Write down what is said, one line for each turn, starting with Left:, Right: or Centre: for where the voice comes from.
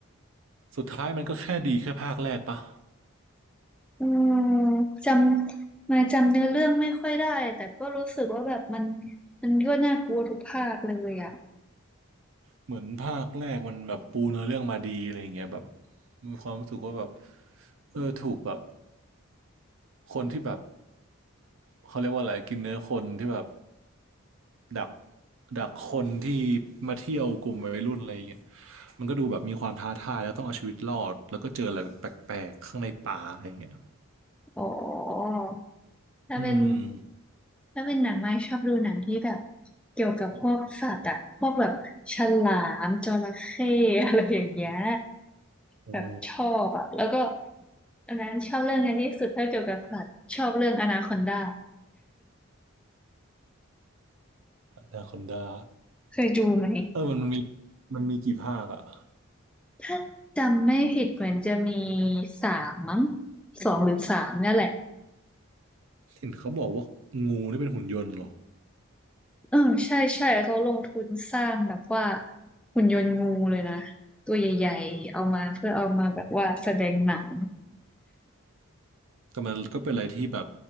Right: สุดท้ายมันก็แค่ดีแค่ภาคแรกปะ
Centre: อืมจำมาจำเนื้อเรื่องไม่ค่อยได้แต่ก็รู้สึกว่าแบบมันมันก็น่ากลัวทุกภาคเลยอ่ะ
Right: เหมือนภาคแรกมันแบบปูเนื้อเรื่องมาดีอะไรอย่างเงี้ยแบบมีความรู้สึกว่าแบบเออถูกแบบคนที่แบบเขาเรียกว่าอะไรกินเนื้อคนที่แบบดักดักคนที่มาเที่ยวกลุ่มวัยรุ่นอะไรอย่างเงี้ยมันก็ดูแบบมีความท้าทายแล้วต้องเอาชีวิตรอดแล้วก็เจออะไรแบบแปลกๆข้างในป่าอะไรอย่างเงี้ย
Centre: อ๋อถ้าเป็น
Right: อืม
Centre: ถ้าเป็นหนังไม่ชอบดูหนังที่แบบเกี่ยวกับพวกสัตว์อ่ะพวกแบบฉลามจระเข้อะไรอย่างเงี้ย
Right: โอ้
Centre: แบบชอบอ่ะแล้วก็อันนั้นชอบเรื่องนี้ที่สุดถ้าเกี่ยวกับสัตว์ชอบเรื่องอนาคอนดา
Right: อนาคอนดา
Centre: <laughs> เคยดูไหม
Right: เออมันมีมันมีกี่ภาคอะ
Centre: ถ้าจำไม่ผิดเหมือนจะมีสามมั้งสองหรือสามเนี่ยแหละ
Right: เห็นเขาบอกว่างูนี่เป็นหุ่นยนต์เหรอ
Centre: เออใช่ใช่เขาลงทุนสร้างแบบว่าหุ่นยนต์งูเลยนะตัวใหญ่ๆเอามาเพื่อเอามาแบบว่าแสดงหนัง
Right: แต่มันก็เป็นอะไรที่แบบ